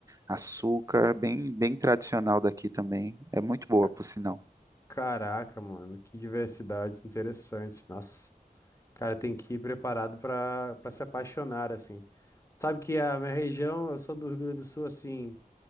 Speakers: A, on the right; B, on the left.
A: açúcar, bem bem tradicional daqui também. É muito boa,
B: Ca-
A: por sinal.
B: Caraca, mano, que diversidade interessante. Nossa, cara, tem que ir preparado para para se apaixonar, assim. Sabe que a minha região, eu sou do Rio Grande do Sul, assim,